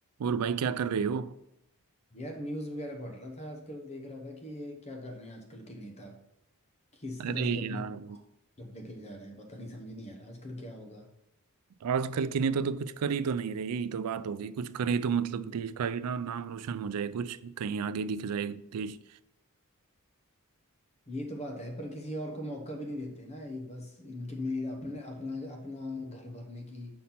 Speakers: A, on the right; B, on the left.
A: और भाई क्या कर रहे हो
B: यार न्यूज वगैरह पढ़ रहा था आजकल देख रहा था कि ये क्या कर रहे हैं आजकल के नेता किस
A: अरे
B: तरह से अपने
A: यार
B: तरफ लेके जा रहे हैं पता नहीं समझ नहीं आ रहा आजकल क्या होगा
A: आजकल की नेता तो तो कुछ कर ही तो नहीं रहे यही तो बात हो गई कुछ करे तो मतलब देश का ही ना नाम रोशन हो जाए कुछ कहीं आगे दिख जाए देश
B: ये तो बात है पर किसी और को मौका भी नहीं देते ना ये बस इनके में अपने अपना अपना घर भरने की